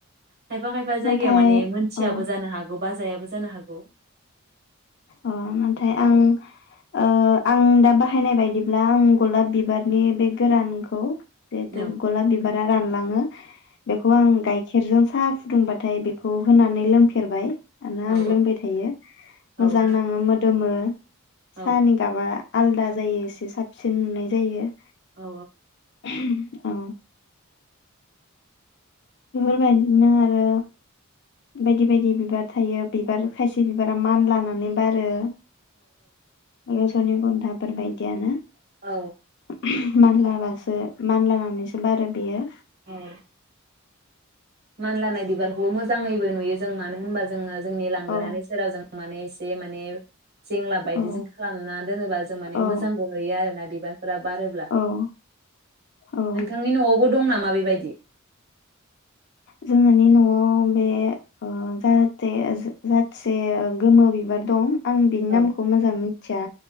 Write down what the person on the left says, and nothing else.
नाथाय
अ
अ नाथाय आं ओ आं दा बाहायनाय बायदिब्ला आं गलाब बिबारनि बे गोरानखौ जिहेथु
गलाब बिबारा रानलाङो बेखौ आं गाय खेरजों साहा फुदुंबाथाय बेखौ होनानै लोंफेरबाय आनो
आं लोंबाय थायो मोजां
नाङामोद गोमो
साहानि गाबा आलदा जायो एसे साबसिन नुनाय जायो
<unintelligible> औ बेफोरबायदिनो आरो बायदि बायदि बिबार थायो बिबार खायसे बिबारा मान लानानै बारो <unintelligible> बेफोर बायदियानो
<unintelligible> मानलाबासो मानलानानैसो बारो बियो
औ
औ
औ
औ औ
जोंहानि न'आव बे ओ जाहाथे जाेथोसे गोमो बिबार दं आं बिनि
नामखौ मोजां मिथिया